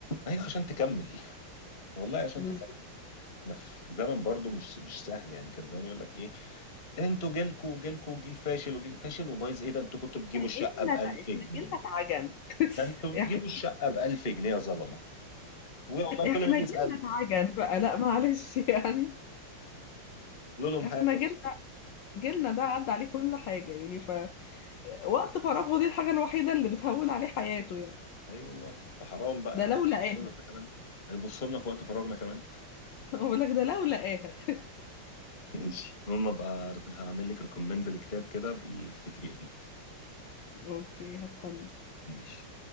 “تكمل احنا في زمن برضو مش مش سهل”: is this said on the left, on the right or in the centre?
Left